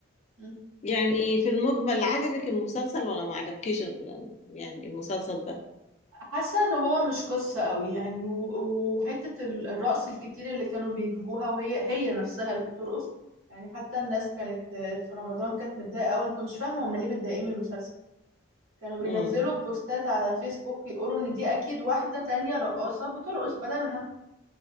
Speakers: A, on the right; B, on the left.
A: مم.
B: يعني في المجمل عجبك المسلسل ولا ما عجبكيش ال- يعني المسلسل ده
A: حاسه ان هو مش قصه قوي يعني و- وحته ال- الرقص الكتير اللي كانوا بيجيبوها وهي هي نفسها اللي بترقص يعني حتى الناس كانت آه، في رمضان كانت متضايقه قوي ما كنتش فاهمه هم ليه متضايقين من المسلسل كانوا بينزلوا
B: امم
A: بوستات على فيسبوك يقولوا ان دي اكيد واحده تانية رقاصه بترقص بدلها